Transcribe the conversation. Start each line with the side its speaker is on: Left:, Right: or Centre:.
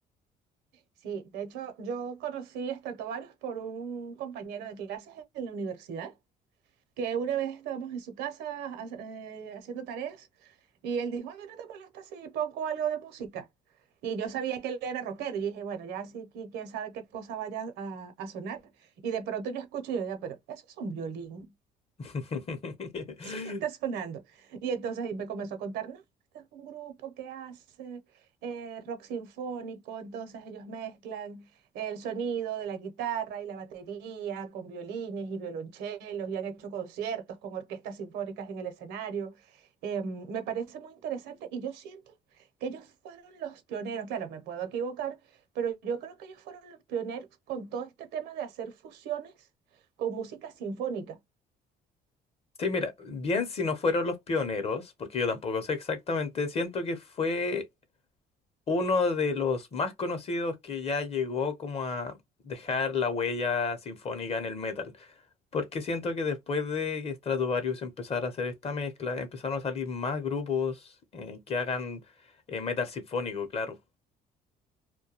Right: Sí, de hecho yo conocí a Stratovarius por un compañero de clases en la universidad que una vez estábamos en su casa ha- eh, haciendo tareas y él dijo, oye, ¿no te molesta si pongo algo de música? Y yo sabía que él era rockero y dije, bueno, ya sí, que quién sabe qué cosa vaya a, a sonar. Y de pronto yo escucho y yo, ya, pero eso es un violín
Left: <laughs>
Right: eso que está sonando. Y entonces ahí me comenzó a contar, no, este es un grupo que hace eh, rock sinfónico, entonces ellos mezclan el sonido de la guitarra y la batería con violines y violonchelos y han hecho conciertos con orquestas sinfónicas en el escenario. Eh, me parece muy interesante y yo siento que ellos fueron los pioneros, claro, me puedo equivocar, pero yo creo que ellos fueron los pioneros con todo este tema de hacer fusiones con música sinfónica
Left: Sí, mira, bien si no fueron los pioneros, porque yo tampoco sé exactamente, siento que fue uno de los más conocidos que ya llegó como a dejar la huella sinfónica en el metal, porque siento que después de que Stratovarius empezara a hacer esta mezcla, empezaron a salir más grupos eh, que hagan eh, metal sinfónico, claro.